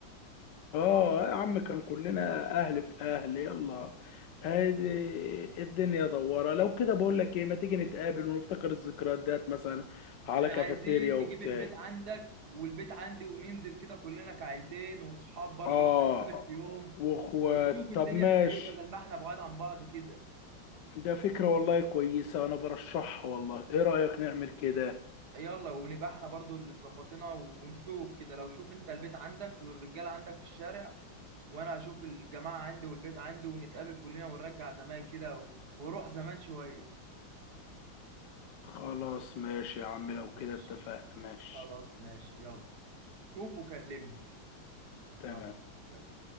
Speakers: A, on the left; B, on the right.
A: اه يا عم كان كلنا أهل في أهل يلا ادي الدنيا دوارة لو كده بقول لك ايه ما تيجي نتقابل ونفتكر الذكريات ديت مثلا على
B: احنا
A: كافيتيريا
B: عايزين نجيب
A: وبتاع
B: البيت عندك والبيت عندي وننزل كده كلنا كعيلتين وصحاب برضه
A: آه
B: نتقابل في يوم
A: وأخوات
B: ونشوف الدنيا
A: طب ماشي
B: فيها ايه بدل ما احنا بعاد عن بعض كده
A: ده فكرة والله كويسة أنا برشحها والله إيه رأيك نعمل كده
B: يلا ونبقى احنا برضه اللي مظبطينها ونشوف كده لو شوف انت البيت عندك والرجاله عندك في الشارع وانا هشوف الجماعه عندي والبيت عندي ونتقابل كلنا ونرجع زمان كده و- وروح زمان شويه
A: خلاص ماشي يا عم لو
B: ماشي
A: كده اتفقنا ماشي
B: خلاص ماشي يلا شوف وكلمني
A: تمام
B: يلا سلام.